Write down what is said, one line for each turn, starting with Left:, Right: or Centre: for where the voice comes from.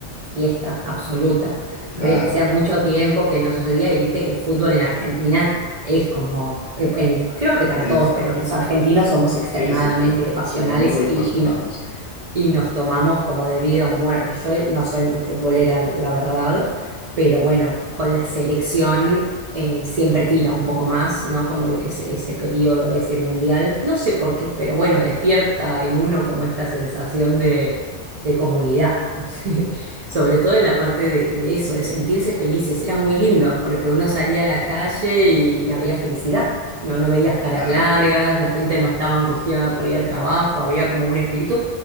Right: fiesta absoluta.
Left: Claro,
Right: Ah, Bien, hacía mucho
Left: claro.
Right: tiempo que no sucedía y viste que el fútbol en Argentina es como, eh, en- creo que para
Left: sí,
Right: todos,
Left: sí,
Right: pero los argentinos somos extremadamente
Left: sí, sí, son,
Right: pasionales
Left: son muy
Right: y
Left: apasionados,
Right: y nos
Left: sí.
Right: y nos tomamos como de vida muerte. Yo no soy muy futbolera, la verdad, pero bueno, con la selección eh, siempre tira un poco más, ¿no? Como ese, ese periodo, ese mundial. No sé por qué, pero bueno, despierta en uno como esta sensación de, de comunidad, <laughs> ¿no? sé, Sobre todo en la parte de, de eso, de sentirse felices. Era muy lindo porque uno salía a la calle y, y había felicidad. No, no veías caras
Left: Claro,
Right: largas,
Left: claro.
Right: la gente no estaba angustiada por ir al trabajo, había como un espíritu